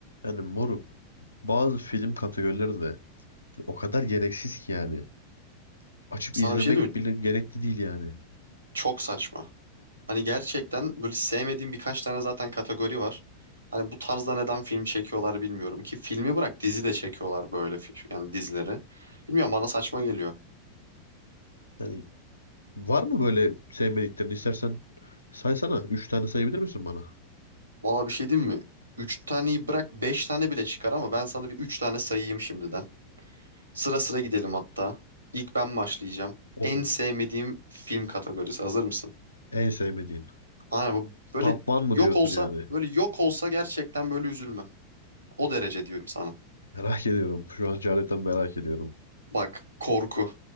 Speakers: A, on the left; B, on the right.
A: Yani moruk bazı film kategorileri de o kadar gereksiz ki yani. Açıp
B: Sana
A: izlemek
B: bir şey diyeyim mi?
A: bile gerekli değil yani.
B: Çok saçma. Hani gerçekten böyle sevmediğim birkaç tane zaten kategori var. Hani bu tarzda neden film çekiyorlar bilmiyorum ki filmi bırak dizi de çekiyorlar böyle fi- yani dizileri. Bilmiyorum bana saçma geliyor.
A: Yani var mı böyle sevmediklerini istersen saysana. Üç tane sayabilir misin bana?
B: Valla bir şey diyeyim mi? Üç taneyi bırak beş tane bile çıkar ama ben sana bir üç tane sayayım şimdiden. Sıra sıra gidelim hatta. İlk ben başlayacağım.
A: Olur.
B: En sevmediğim film kategorisi. Hazır mısın?
A: En sevmediğin.
B: Aynen bu- böyle
A: Top One mı
B: yok
A: diyorsun
B: olsa
A: yani?
B: böyle yok olsa gerçekten böyle üzülme. O derece diyorum sana.
A: <laughs> Merak ediyorum. Şu an cehaletten merak ediyorum.
B: Bak korku.